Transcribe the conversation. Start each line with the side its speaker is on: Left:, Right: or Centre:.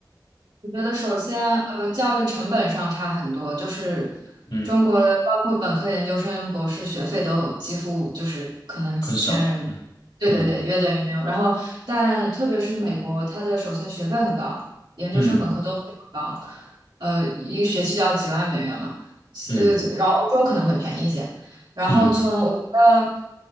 Right: 我觉得首先，呃，教育成本上差很多，就是中国的包括本科、
Left: 嗯，
Right: 研究生、博士学费都几乎就是可能几千人，
Left: 很少。嗯嗯
Right: 对对对，约等于没有。然后，但特别是美国，它的首先学费很高，研究生、
Left: 嗯
Right: 本科都非常高，呃，一个学期就要几万美元嘛，
Left: 嗯
Right: 呃，然后欧洲可能会便宜一些，然后从我觉得，
Left: 嗯